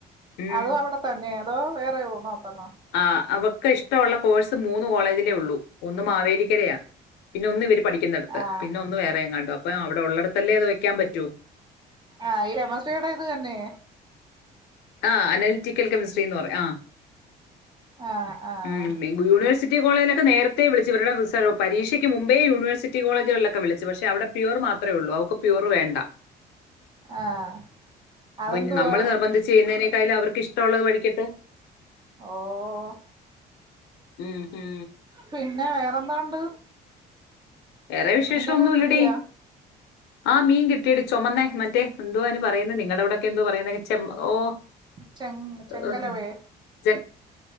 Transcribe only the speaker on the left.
ഉം
ആഹ് അവക്കിഷ്ടവുള്ള കോഴ്സ് മൂന്ന് കോളേജിലേ ഉള്ളൂ ഒന്ന് മാവേലിക്കരയാ പിന്നൊന്നിവര് പഠിക്കുന്നിടത്ത്
പിന്നൊന്ന് വേറെയെങ്ങാണ്ടോ അപ്പൊ അവിടൊള്ളടത്തല്ലേ അത് വെക്കാൻ പറ്റൂ
ആഹ് അനലിറ്റിക്കൽ കെമിസ്ട്രിന്ന് പറ ആഹ്
ഉം യൂണിവഴ്സിറ്റി കോളേജിലക്കെ നേര ത്തേ വിളിച്ചു ഇവരുടെ റിസ പരീക്ഷക്ക് മുമ്പേ യൂണിവേഴ്സിറ്റി കോളജുകളിലൊക്കെ വിളിച്ചു പക്ഷെ അവിടെ പ്യുവർ മാത്രേയുള്ളൂ അവക്ക് പ്യുവർ വേണ്ട
അപ്പൊ ഇനി നമ്മള് നിർബന്ധി ചെയ്യുന്നയിനെക്കായിലും അവർക്കിഷ്ട്ടവുള്ളത് പഠിക്കട്ടെ
ഉം ഹും
വേറെ വിശേഷം
ഒന്നുല്ലെടി
ആ മീൻ കിട്ട്യേടി ചുമന്നേ മറ്റേ എന്തോ അയിന് പറയുന്നേ നിങ്ങെടവ്ടൊക്കെ എന്തോ പറയുന്നേ ചെം ഓ
ആഹ് ജം